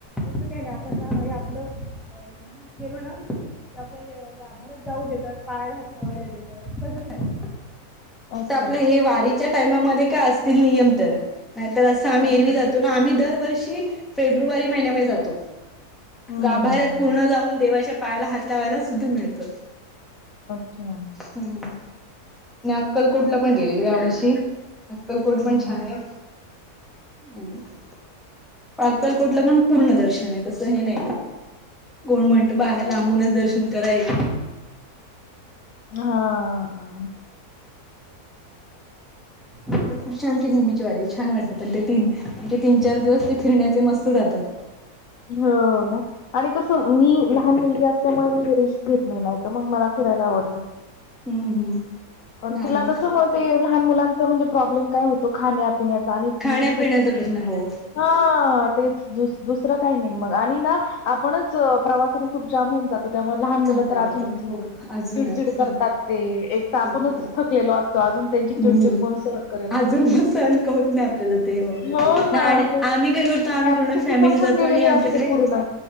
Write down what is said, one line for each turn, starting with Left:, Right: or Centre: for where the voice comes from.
Centre: तसं काय नाही, आपण हे आपलं नेहमी गेलो ना कि आपल्याला गाभाऱ्यात जाऊ देतात. पायाला हात लावायला देतात. तस काय
Left: अच्छा
Centre: आपलं हे वारीच्या टायमामध्ये काय असतील नियम तर? नाही तर असं आम्ही
Left: अच्छा
Centre: एरवी जातो ना आम्ही दरवर्षी फेब्रुवारी महिन्या मध्ये जातो.
Left: हम्म
Centre: गाभाऱ्यात पूर्ण जाऊन देवाच्या पायाला हात लावायला सुद्धा मिळत.
Left: अच्छा!
Centre: हम्म. आणि अक्कलकोटला पण गेलेलो यावर्षी, अक्कलकोट
Left: हम्म
Centre: पण छान आहे. ह. <unintelligible> अक्कलकोटला पण पूर्ण दर्शन आहे तसं हे नाही. कोण म्हणतं बाहेर लांबूनच दर्शन करायेत.
Left: हा हा.
Centre: पंढरपूरची आमची नेहमीची वारी छान वाटतं पण ते तीन आमचे तीन, चार दिवस ते फिरण्याचे मस्त जातात.
Left: हो ना. आणि कस मी लहान मुलगी असल्यामुळे मी रिस्क घेत नाही नाहीत मग मला फिरायला आवडत.
Centre: हम्म हम्म
Left: पण
Centre: ना
Left: तिला
Centre: आम्ही
Left: कस म ते लहान मुलांच म्हणजे प्रब्लेम काय होतो खाण्यात पीण्यातचा आणि ती
Centre: खाण्यापिण्याचा
Left: खूप
Centre: प्रश्न हो
Left: <inaudible> हा तेच दुस दुसर काही नाही मग आणि आपणच प्रवासाने खूप जाम होऊन जातो. त्यामुळे लहान मुलं
Centre: काणता
Left: तर
Centre: येतो
Left: अजूनच मग
Centre: हो अजूनच
Left: चिडचिड करतात ते एक तर आपणच
Centre: करत
Left: थकलेलो असतो अजून त्यांची चिडचिड
Centre: हम्म,
Left: कोण सहन करेल
Centre: अजून पण सहण का होत नाही आपल्याला ते अ
Left: हो ना
Centre: आणि
Left: तेच
Centre: आम्ही काय करतो आम्ही
Left: कॅपॅसिटी
Centre: पूर्ण फॅमिली
Left: संपून
Centre: जातो
Left: गेलेली
Centre: तो आमच्या
Left: असते
Centre: कडे
Left: पूर्ण